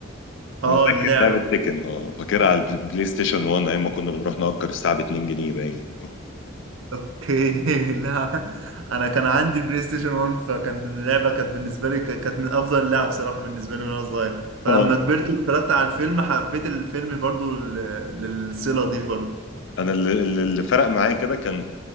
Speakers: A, on the right; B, on the left.
A: اه
B: انا فاكر
A: اللعبة
B: لعبه تيكن اه فاكرها على البلاي بلاي ستيشن 1 ايام ما كنا بنروح نأجر الساعه ب 2 جنيه باين
A: اوكي <laughs> لا انا كان عندي البلاي ستيشن 1 فكان اللعبه كانت بالنسبه لي ك- كانت من افضل اللعب بصراحه بالنسبه لي وانا صغير
B: <laughs>
A: فلما
B: اه
A: كبرت واتفرجت على الفيلم حبيت الفيلم برضو لل- للصله دي برضو
B: انا اللي, اللي اللي فرق معايا كده كان